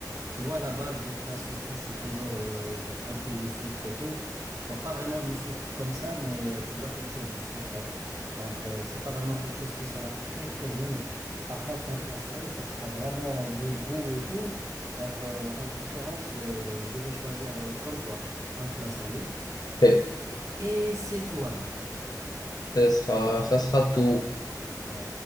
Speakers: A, on the right (about 45°); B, on the left (about 65°).
A: tu vois, la base des plats sucrés, c'est toujours le- le- un peu de sucre et tout. Donc, pas vraiment du sucre comme ça, mais euh, tu vois, quelque chose de sucré. Donc, euh, c'est pas vraiment quelque chose qui sera très, très unique. Par contre, un plat salé, ça sera vraiment euh, des goûts et tout. Donc, euh, en préférence, euh, je vais choisir euh, comme toi, un plat salé.
B: Ok,
A: Et c'est tout alors.
B: Ce sera, ce sera tout.
A: Ouais.